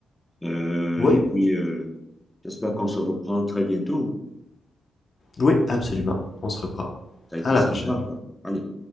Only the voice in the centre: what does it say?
Euh,
et puis, euh, j'espère qu'on se reprend très bientôt.
Ça a été
sympa,
quoi. Allez.